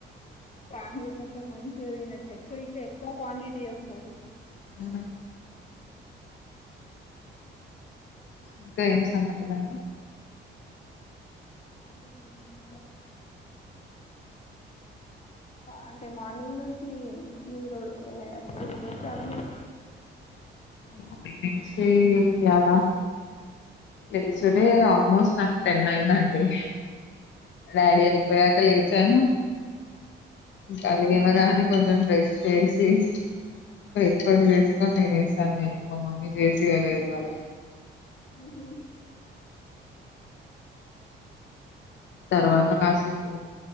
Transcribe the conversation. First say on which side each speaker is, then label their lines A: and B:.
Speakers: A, on the left; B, on the left.
A: ఫ్యామిలీ మొత్తం మంచిగా తినచ్చు. ఎక్కువ ఇంకా ఎక్కువ క్వాంటిటీ వస్తది.
B: ఆ ఇంకా ఏం సంగతులండి.
A: మల్లి చేయించినం ఇంకా అంటే మార్నింగ్ నుంచి మీరు అంటే ఏం చేసారు. మీరు
B: నాకు తెలిసి అలా తెలిసినే ఆల్మోస్ట్ నాకు టెన్ అయింది అండి డాడీ ఏలిపోయాక లేచాను కలియే గాదా అ కొంచెం డ్రెస్ చేసి బ్రేక్ఫాస్ట్
A: మీరు
B: చేసుకొని తినేసం. సార్ నేను మా మమ్మీ చేసివ్వలేదు. ఇవాళ
A: ఉహ్
B: తర్వాత కాసేపు